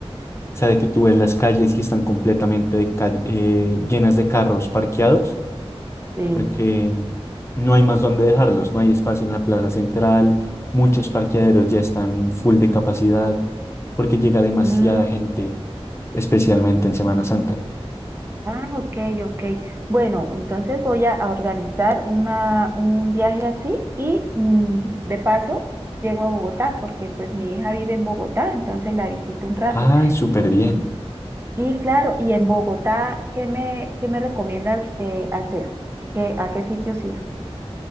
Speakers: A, on the left; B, on the right.
A: O sea, de que tú ves las calles y están completamente de ca- eh, llenas de carros parqueados
B: Sí.
A: porque no hay más dónde dejarlos, no hay espacio en la plaza central, muchos parqueaderos ya están full de capacidad, porque llega demasiada
B: Mm,
A: gente, especialmente en Semana Santa.
B: ah, ok, ok. Bueno, entonces voy a a organizar una, un viaje así y mm, de paso llego a Bogotá porque pues mi hija vive en Bogotá, entonces la visito un rato.
A: Ay, súper bien.
B: Sí, claro. Y en Bogotá, ¿qué me, qué me recomiendas eh, hacer? ¿Qué, a qué sitios ir?